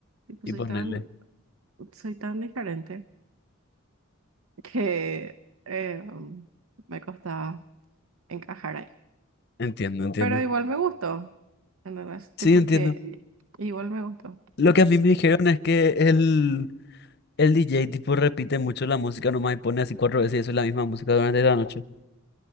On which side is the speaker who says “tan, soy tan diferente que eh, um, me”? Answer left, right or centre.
Right